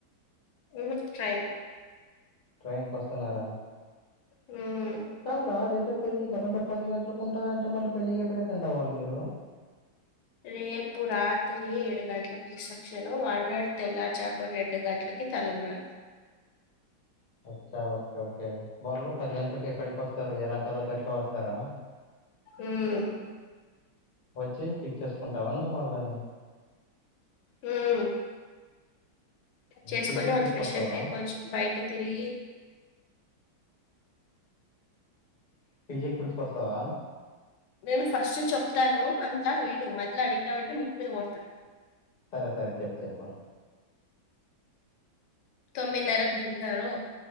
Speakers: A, on the left; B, on the left.
A: ఉమ్ ట్రైన్
B: ట్రైన్ కి వస్తున్నారా
A: హ్మ్
B: కాదరా రేపే పెళ్లి గదమ్ మరి పది గంటలకు ఉంటారంటే మళ్ళీ పెళ్లిగ టెండ్ అవ్వాలి మీరు
A: రేపు రా తిరిగి ఏడు గంటలకి సెక్షను వాల్నాడు తెల్లాజామున్ రెండు గంటలకి తలంబ్రారాలు
B: అచ్చా ఓకే ఓకే వాళ్లు పది గంటలకు ఎక్కడికి వస్తారు ఎలంక దగ్గరక వస్తారా
A: ఉమ్
B: వచ్చి పిక్ చేసుకుంటావా వాళ్ళని
A: హ్మ్ చేసుకొని
B: పీజీకి
A: వాళ్ళు
B: పిలుచుకొస్తావా
A: ఫ్రెష్ అప్ అయ్యి కొంచెం బయట తిరిగి
B: <unintelligible> కొస్తావా
A: నేను ఫస్ట్ చెప్తాను అంతా విను మధ్యలో అడిగినావంటే ముక్కు కొడతా
B: సరే సరే చెప్పు చెప్పు
A: తొమ్మిది నరకీ దిగుతారు